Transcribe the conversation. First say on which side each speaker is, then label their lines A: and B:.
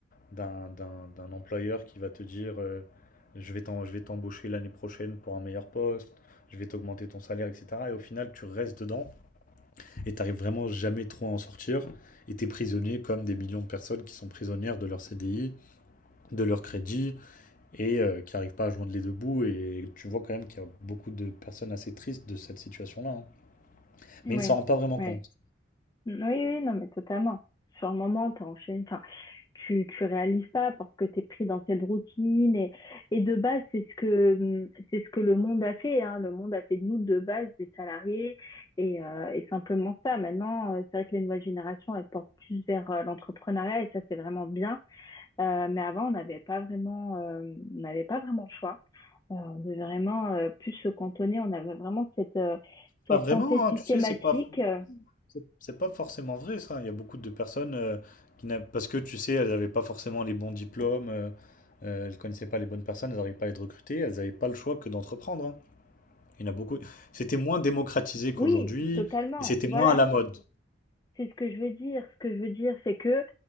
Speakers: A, on the left; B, on the left.
A: d'un, d'un- d'un employeur qui va te dire euh, je vais t'en- je vais t'embaucher l'année prochaine pour un meilleur poste, je vais t'augmenter ton salaire, etc. Et au final, tu restes dedans. et t'arrives vraiment jamais trop à en sortir. Et t'es prisonnier comme des millions de personnes qui sont prisonnières de leur CDI, de leur crédit et euh, qui n'arrivent pas à joindre les deux bouts. Et tu vois quand même qu'il y a beaucoup de personnes assez tristes de cette situation-là. hein.
B: Oui,
A: Mais ils ne s'en rendent pas vraiment
B: oui.
A: compte.
B: Oui, oui, non, mais totalement. Sur le moment, t'es enchaîné. Enfin, tu, tu réalises pas parce que t'es pris dans cette routine. Et, et de base, c'est ce que, hum, c'est ce que le monde a fait, hein. Le monde a fait de nous, de base, des salariés. Et, euh, et simplement ça. Maintenant, euh, c'est vrai que les nouvelles générations, elles portent plus vers euh, l'entrepreneuriat. Et ça, c'est vraiment bien. Euh, mais avant, on n'avait pas vraiment, euh, on n'avait pas vraiment le choix. Euh, on devait vraiment euh, plus se cantonner. On avait vraiment cette, euh, cette
A: Pas vraiment,
B: pensée
A: hein,
B: systématique.
A: tu sais, c'est pas,
B: euh,
A: c'est c'est pas forcément vrai ça. Il y a beaucoup de personnes euh, qui n'a- parce que tu sais, elles n'avaient pas forcément les bons diplômes, euh, euh, elles connaissaient pas les bonnes personnes, elles n'arrivaient pas à être recrutées, elles n'avaient pas le choix que d'entreprendre. hein. Il y en a beaucoup. C'était moins démocratisé qu'aujourd'hui
B: Oui, totalement.
A: et c'était
B: Voilà,
A: moins à la mode.
B: c'est ce que je veux dire. Ce que je veux dire, c'est que